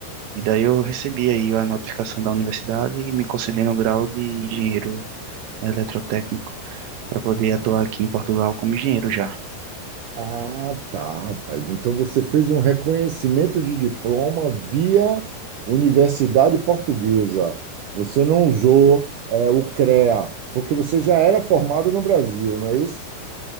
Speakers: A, on the right (about 85°); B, on the right (about 70°).
A: E daí eu recebi aí a notificação da universidade e me concedendo o grau de engenheiro eletrotécnico para poder atuar aqui em Portugal como engenheiro já.
B: Ah, tá, rapaz. Então você fez um reconhecimento de diploma via Universidade Portuguesa. Você não usou, é, o CREA, porque você já era formado no Brasil, não é isso?